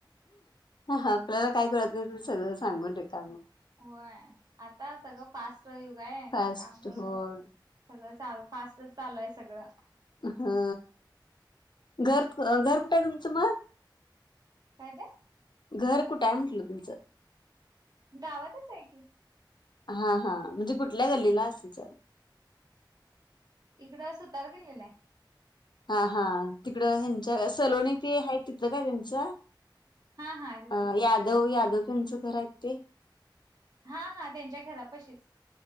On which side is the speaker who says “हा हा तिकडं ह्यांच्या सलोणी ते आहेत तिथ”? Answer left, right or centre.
Left